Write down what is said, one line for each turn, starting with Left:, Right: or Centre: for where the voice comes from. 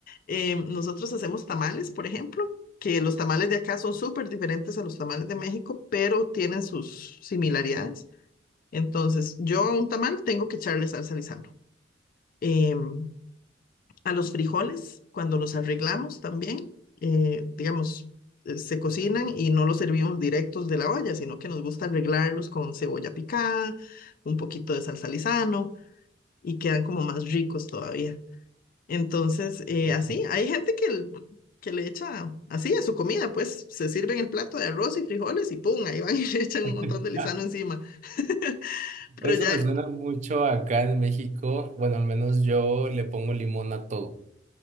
Left: Eh, nosotros hacemos tamales, por ejemplo, que los tamales de acá son súper diferentes a los tamales de México, pero tienen sus similaridades. Entonces, yo a un tamal tengo que echarle salsa Lizano. Em, a los frijoles cuando los arreglamos también. eh, digamos, eh, se cocinan y no los servimos directos de la olla, sino que nos gusta arreglarlos con cebolla picada, un poquito de salsa Lizano y quedan como más ricos todavía. Entonces, eh,
Right: que
Left: así,
Right: sí.
Left: hay gente que, l- que le echa así a su comida, pues se sirven el plato de arroz y frijoles y ¡pum! Ahí van <laughs> y le echan un
Right: <laughs>
Left: montón de Lizano encima. <laughs> Pero
Right: Eso
Left: ya,
Right: me suena mucho acá en México. Bueno, al menos yo le pongo limón a todo.